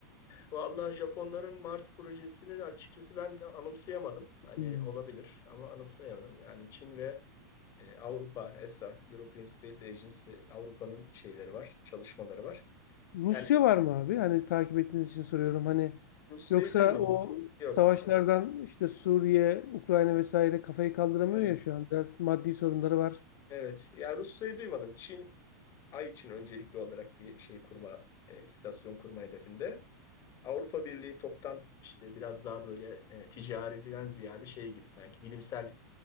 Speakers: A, on the left; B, on the left.
A: Vallahi Japonların Mars projesini de açıkçası ben de anımsayamadım. Hani
B: Hmm.
A: olabilir ama anımsayamadım. Yani Çin ve e, Avrupa, ESA, European Space Agency, Avrupa'nın şeyleri var, çalışmaları var.
B: Rusya
A: Yani
B: var mı abi? Hani takip ettiğiniz için soruyorum. Hani
A: Rusya'yı
B: yoksa
A: duymadım.
B: o
A: Yok.
B: savaşlardan işte Suriye, Ukrayna vesaire kafayı kaldıramıyor
A: Evet.
B: ya şu an. Biraz maddi sorunları var.
A: Evet. Ya Rusya'yı duymadım. Çin, Ay için öncelikli olarak bir şey kurma, e, istasyon kurma hedefinde. Avrupa Birliği toptan işte biraz daha böyle e, ticariden ziyade şey gibi sanki bilimsel